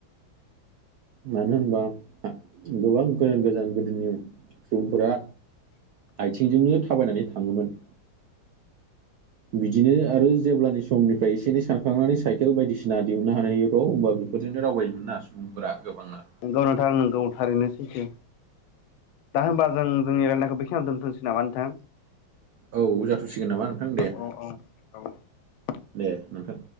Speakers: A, on the right (about 85°); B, on the left (about 85°).
A: मानो होनबा आ गोबां गोजान गोजान गोदोनि सुबुंफोरा आयथिंजोंनो थाबायनानै थांङोमोन। बिदिनो आरो जेब्लानि समनिफ्राय एसे एनै सानखांनानै साइकेल बायदिसिना दिहुननो हानायफ्राव होमबा बेफोरजोंनो दावबायोमोन ना सुबुंफोरा गोबांना।
B: नोंगौ नोंथां नंगौ थारैनो सैथो। दा होमबा जों जोंनि रायलायनायखौ बे खिनियाव दोनथनोसै नामा नोंथां?
A: औ जाथ'सिगोन नामा नोंथां दे।
B: औ औ औ औ
A: दे नोंथां।